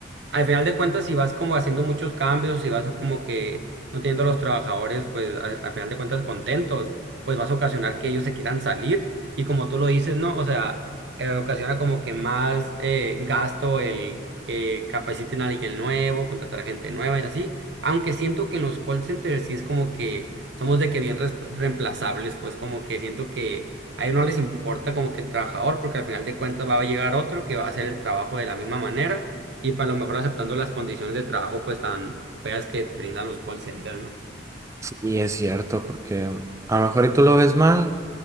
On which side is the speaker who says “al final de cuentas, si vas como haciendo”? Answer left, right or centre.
Right